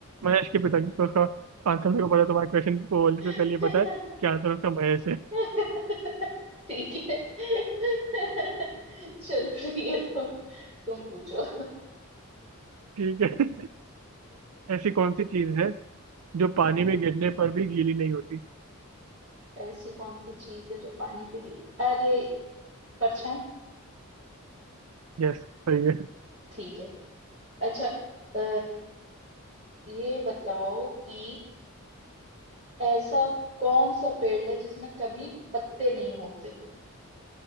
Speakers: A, on the right; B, on the right.
A: महेश के पिताजी तो उसका आंसर मेरे को पता है, तुम्हारे क्वेश्चन को बोलने से पहले
B: <laughs>
A: ही पता है कि आंसर उसका महेश है
B: <laughs> ठीक है <laughs> चलो ठीक है तुम तुम पूछो
A: ठीक है <laughs> ऐसी कौन सी चीज है जो पानी में गिरने पर भी गीली नहीं होती
B: <laughs> ऐसी कौन सी चीज है जो पानी पे गिर अरे परछाई
A: यस सही है
B: ठीक है अच्छा अ, ये बताओ कि ऐसा कौन सा पेड़ है जिसमें कभी पत्ते नहीं होते